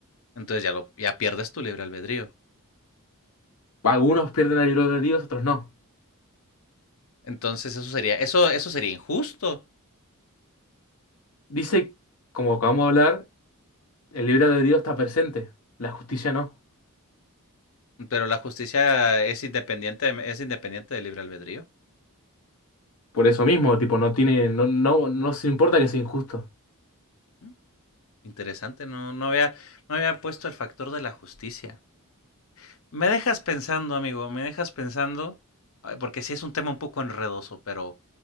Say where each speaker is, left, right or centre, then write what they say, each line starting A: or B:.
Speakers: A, on the left; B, on the left.
A: Entonces ya lo, ya pierdes tu libre albedrío.
B: Algunos pierden el libre albedrío, otros no.
A: Entonces eso sería, eso, eso sería injusto.
B: Dice, como acabamos de hablar, el libre albedrío está presente, la justicia no.
A: Pero la justicia es independiente, es independiente del libre albedrío.
B: Por eso mismo, tipo, no tiene, no, no, no se importa que sea injusto.
A: ¿Mm? Interesante, no, no había, no había puesto el factor de la justicia. Me dejas pensando, amigo, me dejas pensando, porque sí es un tema un poco enredoso, pero